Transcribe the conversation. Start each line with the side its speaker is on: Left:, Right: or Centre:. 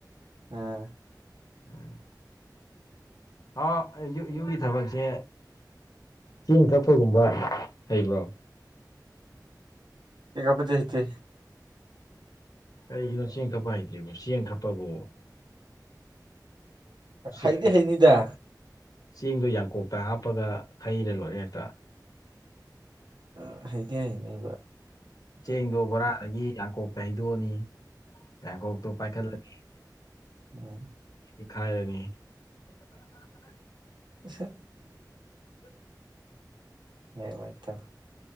Right: ꯑꯥ
Left: ꯎꯝ ꯑꯥꯎ ꯌꯨꯝꯒꯤ ꯊꯕꯛꯁꯦ ꯆꯦꯡ ꯇꯛꯄꯒꯨꯝꯕ ꯍꯩꯕ꯭ꯔꯣ
Right: ꯆꯦꯡ ꯈꯥꯞꯄꯗꯤ ꯍꯩꯇꯦ
Left: ꯀꯩꯒꯤꯅꯣ ꯆꯦꯡ ꯈꯞꯄ ꯍꯩꯇ꯭ꯔꯤꯕꯣ ꯆꯦꯡ ꯈꯛꯄꯕꯨ ꯆꯦꯡ
Right: ꯍꯩꯗꯤ ꯍꯩꯅꯤꯗ
Left: ꯆꯦꯡꯗꯣ ꯌꯥꯡꯀꯣꯛꯇ ꯍꯥꯞꯄꯒ ꯈꯩꯔ ꯂꯣꯏꯔꯦ ꯍꯦꯛꯇ
Right: ꯑ ꯍꯩꯗ ꯍꯩꯅꯤꯕ ꯑꯗꯨ
Left: ꯆꯦꯡꯗꯣ ꯕꯣꯔꯥꯗꯒꯤ ꯌꯥꯡꯀꯣꯛꯇ ꯍꯩꯗꯣꯛꯑꯅꯤ ꯌꯥꯡꯀꯣꯛꯇꯣ ꯄꯥꯏꯈꯠꯂꯅꯤ
Right: ꯎꯝ
Left: ꯑ ꯈꯥꯏꯅꯤ
Right: ꯁꯠ ꯍꯌꯦꯡ ꯋꯥꯏ ꯇꯧ